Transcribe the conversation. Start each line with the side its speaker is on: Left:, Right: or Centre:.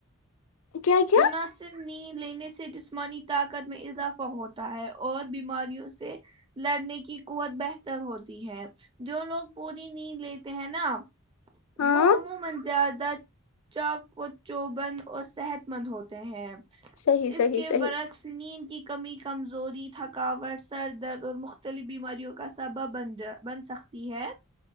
Left: کیا کیا
Right: مناسب نیند لینے سے جسمانی طاقت میں اضافہ ہوتا ہے اور بیماریوں سے لڑنے کی قوت بہتر ہوتی ہے جو لوگ پوری نیند لیتے ہیں نا
Left: ہاں
Right: وہ عموما کہ زیادہ چاک و چوبند اور صحت مند ہوتے ہیں
Left: صحیح
Right: اس
Left: صحیح
Right: کے
Left: صحیح
Right: برعکس نیند کی کمی کمزوری تھکاوٹ سر درد اور مختلف بیماریوں کا سبب بن ج بن سکتی ہے